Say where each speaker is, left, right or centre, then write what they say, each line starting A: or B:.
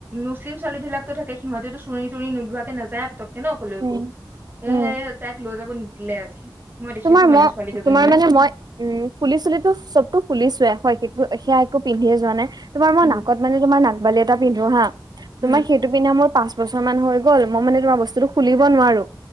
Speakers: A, on the right; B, on the right.
A: মুছলিম ছোৱালী বিলাকতো থাকে সিহঁতেতো চুৰ্নী তুৰ্নী নোলোৱাকে নাযায় পতকে ন কলৈকো
B: উম উম
A: এ সেহে তাইক লৈ যাব নিদিলে আজি মই দেখিছো
B: তোমাৰ
A: মানে
B: মই
A: ছোৱালী কেইজনীমান
B: তোমাৰ মানে মই উম ফুলি চুলি তো চবতো খুলিছোয়ে হয় সেকো সেয়া একো পিন্ধিয়ে যোৱা নাই তোমাৰ মই
A: উম
B: নাকত মানে তোমাৰ নাকবালি এটা পিন্ধো হা তোমাৰ
A: উম
B: সেইটো পিন্ধা মোৰ পাঁচ বছৰ মান হৈ গল মই মানে তোমাৰ বস্তুটো খুলিব নোৱাৰো